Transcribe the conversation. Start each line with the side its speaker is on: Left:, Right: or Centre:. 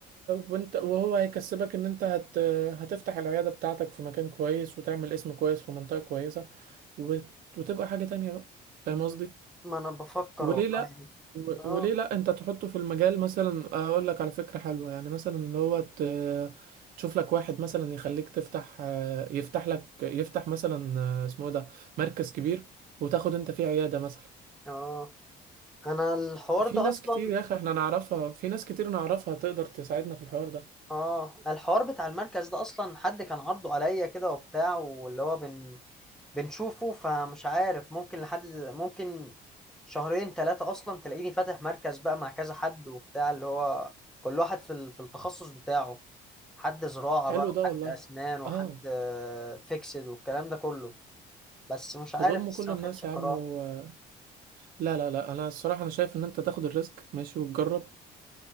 Right: وانت وهو هيكسبك ان انت هت... هتفتح العياده بتاعتك في مكان كويس وتعمل اسم كويس في منطقه كويسه وت... وتبقى حاجه تانية بقى فاهم
Centre: م-
Right: قصدي
Centre: ما انا بفكر
Right: وليه
Centre: والله
Right: لا و-
Centre: اه
Right: وليه لا انت تحطه في المجال مثلا اقول لك على فكرة حلوة يعني مثلا اللي هو ت- تشوف لك واحد مثلا يخليك تفتح آه، يفتح لك يفتح مثلا آه، اسمه إيه ده مركز كبير وتاخد انت فيه عيادة مثلا
Centre: اه انا الحوار
Right: في
Centre: ده
Right: ناس
Centre: اصلا
Right: كتير يا اخي احنا نعرفها في ناس كتير نعرفها تقدر تساعدنا في الحوار ده
Centre: اه الحوار بتاع المركز ده اصلا حد كان عرضه عليا كده وبتاع واللي هو بن بنشوفه فمش عارف ممكن لحد ممكن شهرين ثلاثة اصلا تلاقيني فاتح مركز بقى مع كذا حد وبتاع اللي هو كل واحد في ال- في التخصص بتاعه حد زراعة
Right: حلو
Centre: بقى وحد
Right: ده والله
Centre: اسنان وحد
Right: اه
Centre: فيكسد والكلام ده كله بس مش
Right: تضم
Centre: عارف لسه
Right: كل الناس
Centre: ما خدتش
Right: يا
Centre: القرار
Right: عم و... لا لا لا انا الصراحة انا شايف ان انت تاخد الريسك ماشي وتجرب